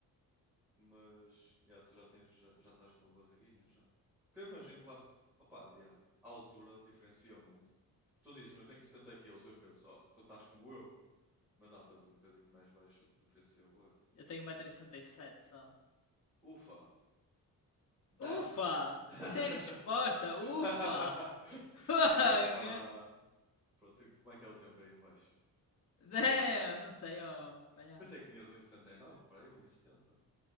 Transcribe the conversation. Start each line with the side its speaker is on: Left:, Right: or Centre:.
Centre: mas yeah, tu já tens, já, já estás com uma barriguinha já. Porque eu imagino lá, opá, yeah, a altura diferencia muito. Tu dizes eu tenho 70 quilos, eu penso, "Oh, tu estás como eu, mas não, tu és um bocadinho mais baixo, o que diferencia, bué.
Left: eu tenho 1,67m só,
Centre: Ufa, damn!
Left: ufa,
Centre: <laughs>
Left: isso é a resposta, ufa,
Centre: <laughs>
Left: <laughs>
Centre: Epá! Pronto, e como é que é o tempo aí em baixo?
Left: <laughs> É, eu não sei, ó, palhaço.
Centre: Pensei que tinhas um e sessenta e nove para aí, um e setenta